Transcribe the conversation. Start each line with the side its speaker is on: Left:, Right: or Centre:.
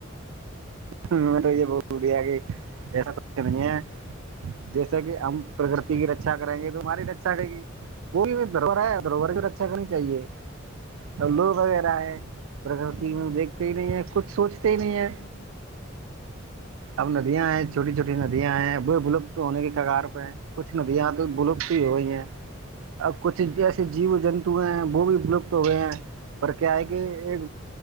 Right: میں تو یہ بیا کہ ایسا کھ بھی نہیں ہے جیسا کہ ہم پرکتی کی رکشا
Left: ہ ہ
Right: کریں گے تو ہماری رچا گے گی وہ بھی دھرورر ہے دھروور کی رچھا کرنی چاہیے اور لوگ وغیرہ ہے پرکرتی
Left: ہ ہ
Right: میں
Left: ہ
Right: دیکھتے
Left: ہ
Right: ہی نہیں ہے کچھ سوچتے نہیں ہے
Left: ہ ہ ہ
Right: اب ندیاں آئے
Left: ہ ہ ہ ہ
Right: چھوٹی چھوٹی ند ندیاں ہیں وہ بلپت ہونے کے کگار پہ ہیں کچھ ندیاں تو بلپت ہوئی ہیں اب کچھ جسے جیو جنت ہوئے ہیں وہ بھی اپلپت ہو گئے ہیں پر کیا ہے کہ ایک